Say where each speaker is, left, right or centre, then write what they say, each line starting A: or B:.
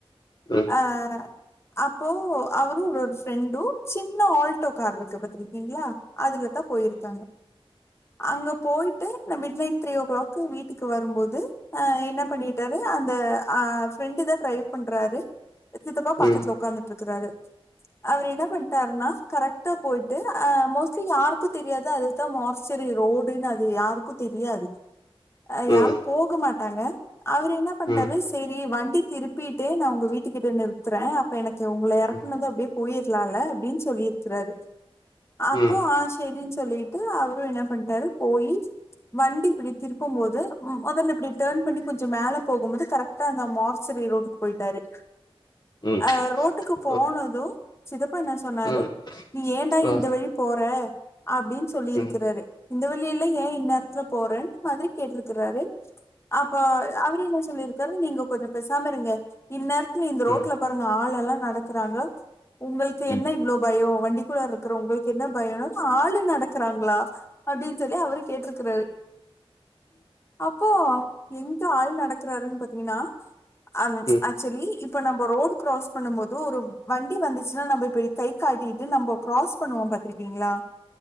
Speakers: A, on the left; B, on the left.
A: ம்
B: அ அப்போ அவுரு அவுர் ஃப்ரெண்டு சின்ன ஆல்டோ கார்ருக்கு பாத் திருக்கீங்ளா அதுல தா போயிருக்காங்க அங்க போய்ட்டு இந்த மிட் நைட் த்ரீயோ க்ளாக் கு வீட்டுக்கு வரும்போது அ என்ன பண்ணீட்டாரு அந் த அ ஃப்ரெண்டு் தா ட்ரைவ் பண்றாரு சித்தப்பா பக்கத்துல
A: ம்
B: உக்காந்துட்ருக்கறாரு அவுரு இன்ன பண்ட்டார்னா கரெக்ட் டா போய்ட்டு அ மோஸ்ட்லி யாருக்கு தெரியாது அதுதா மார்ச்சரி ரோடுன் அது யாருக்கு தெரியாது
A: ம்
B: அ யாரு
A: ம்
B: போக மாட்டாங்க அவுரு இன்னா பண்ட்டாரு
A: ம்
B: செரி வண்டி திருப்பீட்டு நா உங்க வீட்டுகிட்ட நிறுத்துறே அப்ப எனக்கு உங்கள எறக்குனது
A: ம்
B: அப்டியே போயிர்லால்ல அப்டின் சொல்லிர்க்றாரு அப்போ
A: ம்
B: ஆஷ் செரின்னு சொல்லிட்டு அவரு என்ன பண்ணிட்டாரு போயி வண்டி இப்டி திருப்பும் போது மெதல்ல இப்டி டர்ன் பண்ணி கொஞ்ச மேல போகும்போது கரெக்டா அந்த மார்சரி ரோடுக்கு போயிட்டாரு
A: ம்
B: அ ரோட் டுக்கு
A: ம்
B: போனது சிதப்பா என்ன சொன்னாரு
A: ம்
B: நீ ஏன்டா
A: ம்
B: இந்த வழி போற அப்டின் சொல்லி இருக்குறாரு
A: ம்
B: இந்த வழியல்லா ஏ இந்நேரத்துல போறேன் மாதிரி கேட்டிருக்கிறாரு அப்ப அவரு என்ன சொல்லிருக்காரு நீங்க கொஞ்ச பேசாம இருங்க இந்நேரத்துல இந்த ரோட்ல
A: ம் ம்
B: பாருங்க ஆள் எல்லா நடக்கறாங்க உங்களுக்கு
A: ம்
B: என்ன இவ்ளோ பயோ வண்டிக்குள்ளார இருக் குர உங்களுக்கு என்ன பயோன ஆளு நடக்கறாங்களா அப்டின்னு சொல்லி அவுரு கேட்ருக்குறாரு அப்போ எங்க ஆள் நடக் குராறுன் பாத்தீங்கன்னா அங்
A: ம்
B: ஆக்சுவலி இப்ப நம்ம ரோடு கிராஸ் பண்ணும் போது ஒரு வண்டி வந்துச்சுன்னா நம்ம இப்டி கை காட்டிட்டு நம்ம கிராஸ் பண்ணுவோ பாத்துருக்கீங்ளா